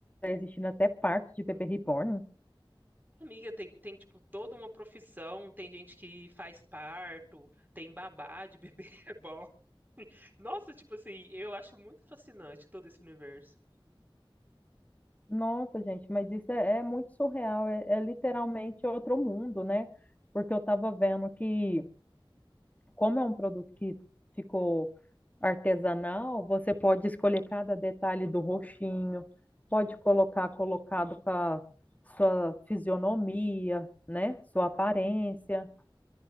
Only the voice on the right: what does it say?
Amiga, tem, tem, tipo, toda uma profissão, tem gente que faz parto, tem babá de bebê <laughs> reborn. Nossa, tipo assim, eu acho muito fascinante todo esse universo.